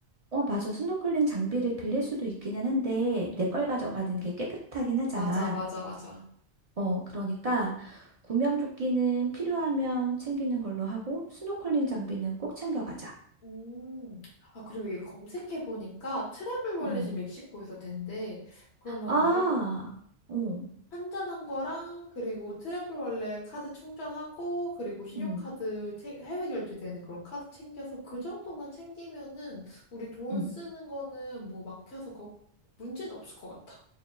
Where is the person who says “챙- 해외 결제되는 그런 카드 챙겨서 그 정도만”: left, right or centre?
Left